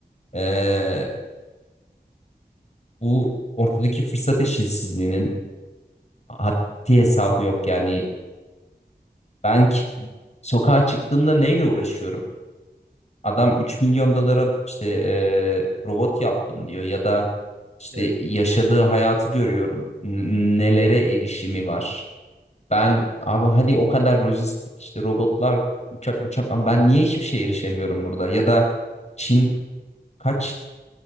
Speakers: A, on the left; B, on the right.
A: eee, bu ortadaki fırsat eşitsizliğinin haddi hesabı yok. Yani ben ki- sokağa çıktığımda neyle uğraşıyorum? Adam 3 milyon dolara işte eee, robot yaptım diyor ya da işte
B: Evet,
A: yaşadığı hayatı görüyorum. N- nelere
B: evet,
A: erişimi var. Ben
B: evet.
A: abi hadi o kadar lojistik işte robotlar uçak uçak ben niye hiçbir şeye erişemiyorum burada? Ya da Çin kaç